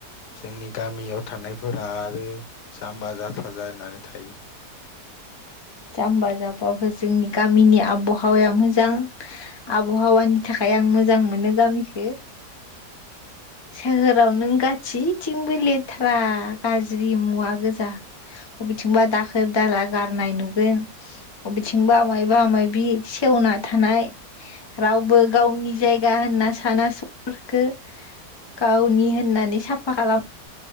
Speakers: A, on the left; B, on the left.
A: जोंनि गामियाव थानायफोरा आरो जाम्बा जाथा जानानै थायो।
B: जाम्बा जाम्बाबो जोंनि गामिनि आबहावाया मोजां आबहावानि थाखाय आं मोजां मोनो गामिखो सोहोराव नों गासैथिंबो लेथ्रा गाज्रि मुवा गोजा बबेथिंबा दाखोर दाला गारनाय नुब बबेथिंबो आमायबा आमायबि सेवना थानाय रावबो गावनि जायगा होनना साना सुबुंफोरखो गावनि होननानै साफा खालाम